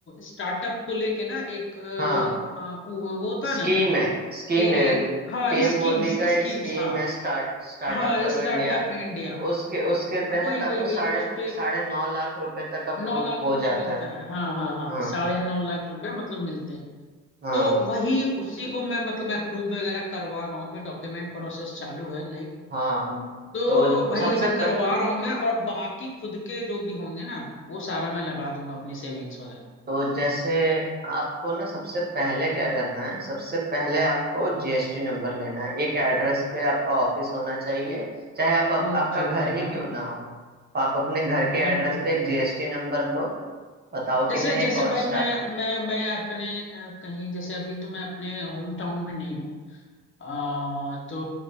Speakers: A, on the left (about 40°); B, on the right (about 30°).
A: स्टार्टअप को लेके ना एक अ,
B: हाँ
A: अ, वो वो होता
B: स्कीम
A: है ना
B: है स्कीम
A: कि
B: है
A: हाँ
B: पीएम
A: स्कीम्स
B: मोदी का
A: स्कीम्स
B: एक स्कीम
A: हाँ
B: है स्टार्ट स्टार्टअप
A: हाँ
B: करो
A: स्टार्टअप
B: इंडिया
A: इंडिया
B: उसके उसके तहत
A: वही
B: आपको
A: वही वही
B: साढ़े
A: उस पे
B: साढ़े नौ लाख रुपए तक अप्रूव
A: नौ लाख
B: हो
A: रुपए
B: जाता
A: मिलता
B: है
A: है हाँ हाँ हाँ
B: हाँ
A: साढ़े नौ लाख रुपए मतलब मिलते हैं
B: हाँ
A: तो वही उसी को मैं मतलब अप्रूव वगैरह करवा रहा हूँ अभी डॉक्यूमेंट प्रोसेस चालू है लाइक
B: हाँ
A: तो
B: तो
A: वही
B: सबसे
A: अभी
B: पह,
A: करवा रहा हूँ मैं और बाकी खुद के जो भी होंगे ना वो सारा मैं लगा दूंगा अपनी सेविंग्स वगैरह
B: तो जैसे आपको ना सबसे पहले क्या करना है सबसे पहले आपको जीएसटी नंबर लेना है एक एड्रेस पे आपका ऑफिस होना चाहिए चाहे आप, आप
A: ओके
B: आपका घर
A: ओके
B: ही
A: हाँ
B: क्यों ना हो आप अपने घर के
A: बिल्कुल
B: एड्रेस पे
A: बिल्कुल
B: एक जीएसटी नंबर लो बताओ
A: जैसे
B: कि मैं
A: जैसे
B: एक और
A: भाई मैं
B: स्टार्ट
A: मैं मैं अपने अ, कहीं जैसे अभी तो मैं अपने होम टाउन में नहीं हूँ आ, तो